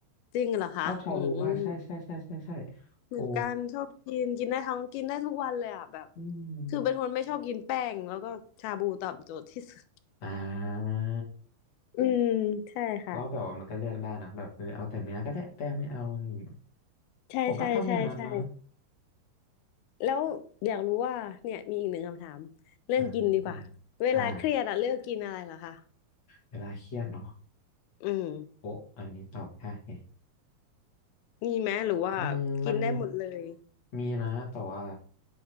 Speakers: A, on the left; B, on the left.
A: จริงเหรอคะอืม
B: ชอบชาบูมากใช่ใช่ใช่ใช่ใช่
A: เหมือนกันชอบกินกินได้ทั้งกินได้ทุกวันเลยอ่ะแบบ
B: โอ้อืม
A: คือเป็นคนไม่ชอบกินแป้งแล้วก็ชาบูตอบโจทย์ที่สุด
B: อ่า
A: อืมใช่ค่ะ
B: เพราะแบบว่ามันก็เลือกได้นะแบบเออเอาแต่เนื้อก็ได้แต่ไม่เอาอะไรอย่างงี้
A: ใช่ใช่ใช่ใช่
B: ผมก็ทำอย่างนั้นนะ
A: แล้วอยากรู้ว่าเนี่ยมีอีกหนึ่งคำถามเรื่องกินดีกว่าเวลาเครียดอะเลือกกินอะไรเหรอคะ
B: อ่าได้เลยอ่าเวลาเครียดเนาะ
A: อืม
B: โอ้อันนี้ตอบยากไง
A: มีไหมหรือว่ากินได้หมดเลย
B: อืมมันมีนะแต่ว่า